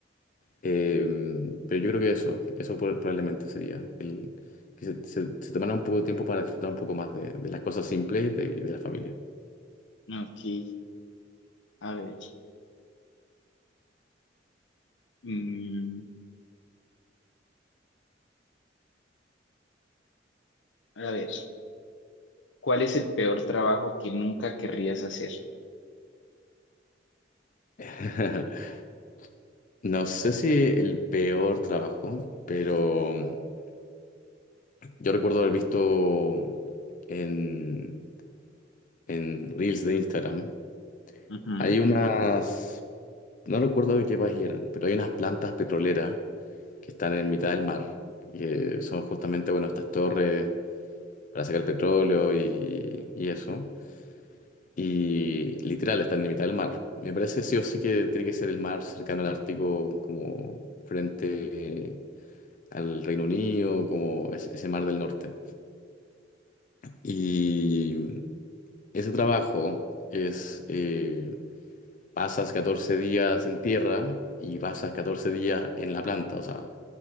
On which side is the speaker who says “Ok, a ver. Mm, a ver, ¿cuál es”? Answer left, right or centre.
Left